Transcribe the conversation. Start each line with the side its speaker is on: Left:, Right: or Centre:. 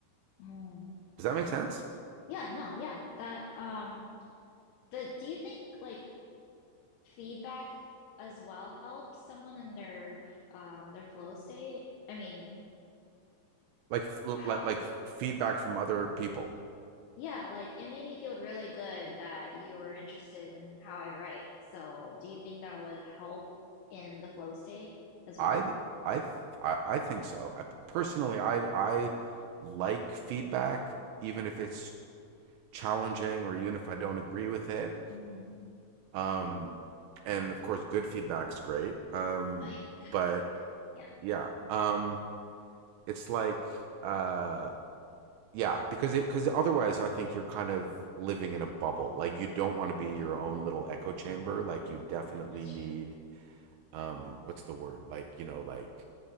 Left: Mm-hmm.
Right: Does that make sense?
Left: Yeah, no, yeah. That um the do you think like feedback as well helps someone in their um their flow state? I mean,
Right: Like f- l-
Left: how
Right: like, like feedback from other people.
Left: yeah, like it made me feel really good that you were interested in how I write. So, do you think that would help in the flow state as
Right: I
Left: well?
Right: I I, I think so. I, personally, I I like feedback even if it's challenging or even if I don't agree with it
Left: Mm-hmm.
Right: Um, and of course, good feedback's great. Um,
Left: Oh, yeah, good
Right: but
Left: feedback. Yeah.
Right: yeah, um, it's like uh, yeah, because it because otherwise, I think you're kind of living in a bubble. Like you don't want to be your
Left: Mm,
Right: own little echo chamber. Like you definitely
Left: that's
Right: need
Left: true.
Right: um, what's the word? Like you know, like